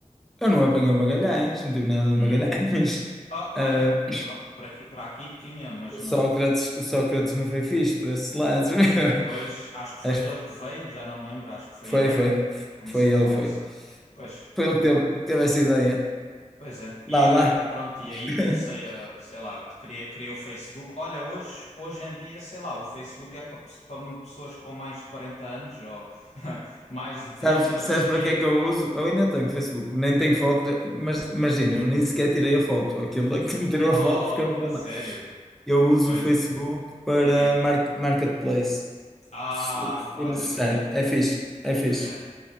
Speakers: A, in the centre; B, on the left.
A: eu não apanhei o Magalhães, não tive nada de
B: Hum.
A: Magalhães. <laughs>
B: Ah,
A: Ah,
B: olha, pro- para aqui, para aqui tinha, mas
A: o
B: não.
A: Sócrates, o Sócrates não foi fixe para esses lados. meu. <laughs>
B: Pois, acho que foi
A: Acho
B: dele
A: que
B: que veio, já não me lembro. Acho que foi
A: foi,
B: ele é
A: foi.
B: que começou
A: Foi ele,
B: com
A: foi.
B: essa. Pois,
A: Foi ele que teve, teve essa ideia.
B: Pois é. E
A: Vá
B: olha,
A: lá.
B: e pronto, e
A: <laughs>
B: aí comecei a, sei lá, criei, criei o Facebook. Olha, hoje, hoje em dia, sei lá, o Facebook é para pe- para pessoas com mais de 40 anos ou <laughs> mais de trinta
A: Sabes,
B: e não
A: sabes
B: sei quê.
A: para que é que eu uso? Eu ainda tenho Facebook, nem tenho foto, mas imagina, eu nem sequer tirei a foto. Aquilo é que me tirou
B: Oh,
A: a foto porque eu não vou
B: a sério?
A: lá. Eu
B: Que
A: uso
B: coisa.
A: o Facebook para
B: Para quê?
A: mar- marketplace,
B: Ah,
A: se se
B: olha,
A: necessário.
B: pois é,
A: É fixe, é fixe.
B: pois é.